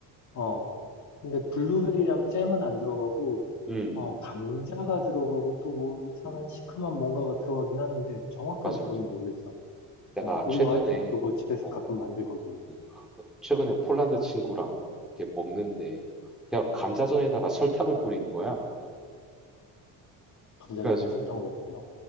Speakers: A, on the left; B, in the centre.
A: 어 근데 블루베리랑 잼은 안 들어가고
B: 음,
A: 어 감자가 들어가고 또 뭐 이상한
B: 음,
A: 시큼한 뭔가가 들어가긴 하는데 정확한
B: 맞아,
A: 재료는
B: 맞아.
A: 모르겠어.
B: 내가
A: 어 우리
B: 최근에,
A: 와이프가 그거 집에서
B: 어,
A: 가끔 만들거든.
B: 음, 최근에 폴란드 친구랑 이렇게 먹는데, 그냥 감자전에다가 설탕을 뿌리는 거야.
A: 감자전에
B: 그래가지고,
A: 설탕을 왜 뿌려?